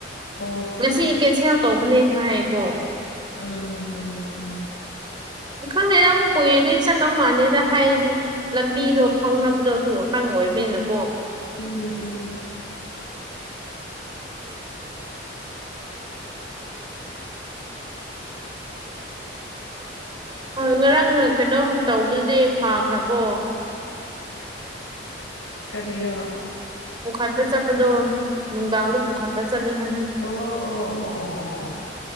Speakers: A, on the left; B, on the right.
A: ꯑꯣꯐ
B: ꯉꯁꯤ ꯀꯦꯟꯁꯦꯜ ꯇꯧꯕꯅꯦ ꯍꯥꯏꯌꯦꯀꯣ
A: ꯑꯥ ꯑ ꯑ ꯑ
B: ꯈꯪꯗꯦꯗ ꯑꯃꯨꯛ ꯀꯨꯏꯔꯦꯗꯤ ꯆꯠꯇꯧ ꯃꯥꯥꯟꯗꯦꯗ ꯍꯥꯏꯌꯦꯗꯤ ꯂꯝꯕꯤꯗꯣ ꯐꯥꯎꯅꯕꯗꯣ ꯑꯗꯨ ꯋꯣꯇꯪ ꯑꯣꯏꯕꯅꯤꯅꯀꯣ
A: ꯎꯝ ꯎꯝ <unintelligible>
B: ꯉꯔꯥꯡꯅ ꯀꯩꯅꯣꯝ ꯇꯧꯕꯗꯨꯗꯤ ꯐꯈ꯭ꯔꯕꯣ
A: ꯑꯦ ꯀꯔꯤꯔꯣ
B: ꯄꯨꯈꯠꯄ ꯆꯠꯄꯗꯣ ꯅꯨꯡꯗꯥꯡꯗ ꯄꯨꯈꯠ ꯄ ꯆꯠꯂꯦ ꯍꯥꯏ
A: ꯑꯣ ꯑꯣ ꯑꯣ ꯑꯣ ꯑꯣ